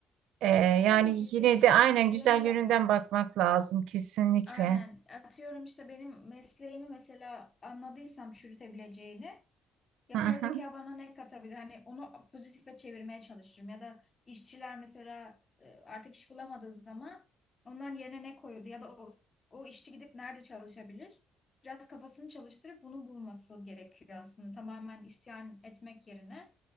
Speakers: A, on the right; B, on the left.
A: E, yani
B: Tabii ki işte
A: yine
B: şey
A: de aynen
B: yönü
A: güzel
B: de
A: yönünden
B: var.
A: bakmak lazım kesinlikle.
B: Aynen. Atıyorum işte benim mesleğimi mesela anladıysam çürütebileceğini Yapay
A: Hı
B: zeka
A: hı,
B: bana ne katabilir? Hani onu pozitife çevirmeye çalışırım. Ya da işçiler mesela e, artık iş bulamadığı zaman onların yerine ne koyuldu? Ya da o, o işçi gidip nerede çalışabilir? Biraz kafasını çalıştırıp bunu bulması gerekiyor aslında. Tamamen isyan etmek yerine.